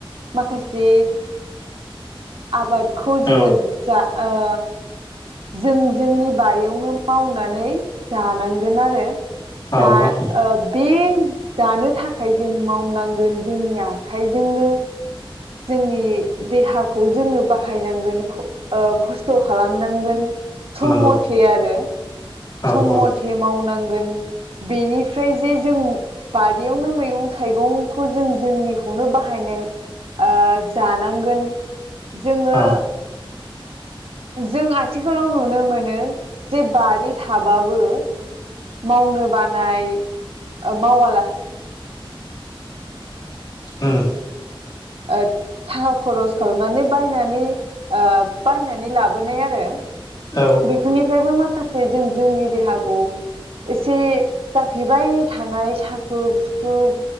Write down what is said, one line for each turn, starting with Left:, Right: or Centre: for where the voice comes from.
Right: माखासे आबादखौ जोङो
Left: औ
Right: जा ओ जों जोंनि बारियावनो मावनानै जानांगोन आरो
Left: औ
Right: जा ओ बे जानो थाखाय जों मावनांगोन जोंनि आखाइजोंनो जोंनि देहाखौ जोङो बाहायनांगोन ओ खस्थ' खालामनांगोन सम
Left: नंगौ
Right: मथे आरो
Left: औ
Right: सम
Left: औ
Right: मथे मावनांगोन बेनिफ्राय जे जों बारियावनो मैगं थाइगंखौ जों जोंनिखौनो बाहायनो ओ जानांगोन जोङो
Left: औ
Right: जों आथिखालाव नुनो मोनो जे बारि थाबाबो मावनो बानाय ओमावा
Left: उम
Right: ओद थाखा खरस खालामनानै बायनानै ओ बायनानै लाबोनाय आरो
Left: औ
Right: बेफोरनिफ्रायबो माखासे जों -जोंनि देहाखौ एसे जाफ्लेबाय थानाय साख्रुब -सुख्रुब